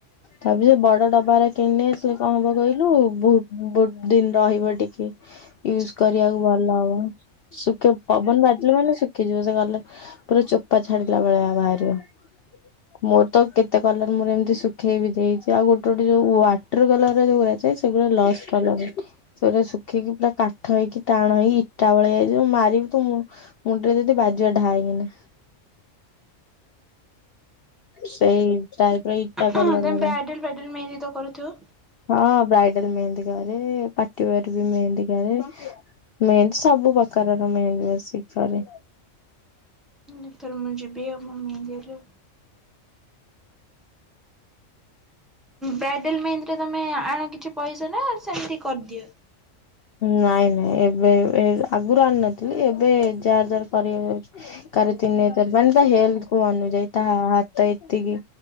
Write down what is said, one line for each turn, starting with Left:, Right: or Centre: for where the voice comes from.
Left: ତାପ ସେ ବଡ଼ ଡବାରା କିଣିନେ ସେ କଣ ହବ କହିଲୁ ବହୁ ବହୁତ ଦିନ ରହିବ ଟିକେ।
Centre: <inaudible>
Left: ୟୁଜ କରିବାକୁ ଭଲ ହବ, ଶୁଖ ପବନ ବାଜିଲେ ମାନେ ଶୁଖିଯିବ ସେ ଗଲେ। ପୁରା ଚୋପା ଛାଡିଲା ଭଳିଆ ବାହାରିବ।
Centre: ଁ
Left: ମୋର ତ କେତେ କଲର ମୋର ଏମିତି ଶୁଖେଇ ବି ଦେଇଛି ଆଉ ଗୋଟେ ଗୋଟେ ଯୋଉ ୱାଟର କଲରର ଯୋଉଗୁରା ସେ ସେଗୁରା ଲସ୍ କଲର ସେଗୁରା ଶୁଖିକି ପୁରା କାଠ ହେଇକି ଟାଣ ହେଇ ଟାଉଳିଆ ହେଇଥିବ ମାରିବି ତୋ ମୁଣ୍ଡରେ ଯଦି ବାଯିବ ଢାଏ କିନା। ସେଇ ଟାଇପର ଇଟା
Centre: ହୁଁ
Left: କଲର
Centre: ତମେ
Left: ଗୁରା
Centre: ବ୍ରାଇଡାଲ ଫ୍ରାଇଡ଼ାଲ ମେହେନ୍ଦୀ ତ କରୁଥିବ?
Left: ହଁ ବ୍ରାଇଡାଲ ମେହେନ୍ଦୀ କ, ପାଟି ୱେର ବି ମେହେନ୍ଦୀ କରେ। ମେହେନ୍ଦୀ ସବୁ ପ୍ରକାରର ମେହେନ୍ଦୀ ବସିକି କରେ।
Centre: ଏଥର ମୁ ଯିବି ଆଉ ମୋ ମେହେନ୍ଦି ହେଲେ। ବ୍ରାଇଡେଲ ମେହେନ୍ଦୀଟା ତମେ ଆଣ କିଛି ପଇସା ନା ସେମିତି କରଦିଅ?
Left: ନାଇଁ ନାଇଁ ଏବେ ଆଗୁରୁ ଆଣୁ ନଥିଲି ଏବେ ଯାହାର ଯାହାର କରିବାକୁ ଯାଉଛି କାର ତିନି ହଜାର ମାନେ ତା ହେଲଥ କୁ ଅନୁଜାଇ ତା ହାତ ଏତିକି